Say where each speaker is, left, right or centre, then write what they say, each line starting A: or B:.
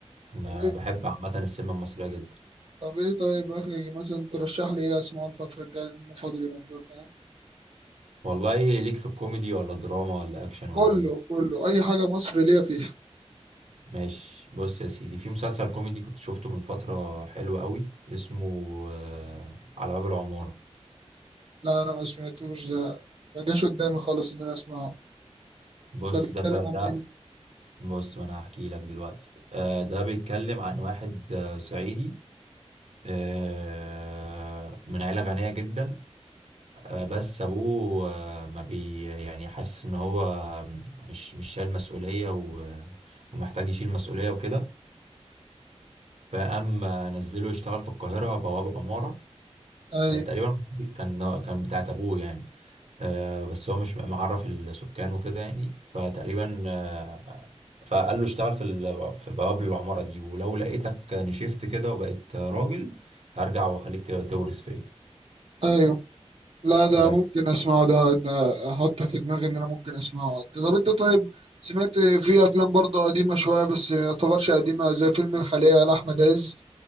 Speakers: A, on the right; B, on the right.
A: انا
B: طب ايه
A: بحب عامه السينما المصريه جدا
B: طب ايه طيب اخي مثلا ترشح لي ايه اسمعه الفتره الجايه لان انا فاضي اليومين دول فاهم
A: والله ليك في الكوميدي ولا دراما ولا اكشن ولا
B: كله
A: ايه
B: كله اي حاجه مصري ليا فيها
A: ماشي بص يا سيدي في مسلسل كوميدي كنت شفته من فتره حلو قوي اسمه آه على باب العماره
B: لا انا ما سمعتوش ده ما جاش قدامي خالص ان انا اسمعه
A: بص
B: ده بيتكلم
A: ده ف- ده
B: عن ايه
A: بص ما انا هحكي لك دلوقتي آه ده بيتكلم عن واحد آه، صعيدي آه، من عيلة غنية جدا آه، بس ابوه آه، ما بي يعني حاسس ان هو مش مش شايل مسؤوليه و- ومحتاج يشيل مسؤوليه وكده فقام آه، نزله يشتغل في القاهره بواب عماره
B: اي
A: آه، تقريبا كان كان بتاعت ابوه يعني آه، بس هو مش معرف السكان وكده يعني فتقريبا آه، فقال له اشتغل في ال- في بواب العماره دي ولو لقيتك نشفت كده وبقيت راجل هرجع واخليك ت- تورث فيا
B: ايوه لا ده
A: بس
B: ممكن اسمعه ده ده احط في دماغي ان انا ممكن اسمعه انت طب انت طيب سمعت في افلام برضه قديمه شويه بس ما يعتبرش قديمه زي فيلم الخليه لاحمد عز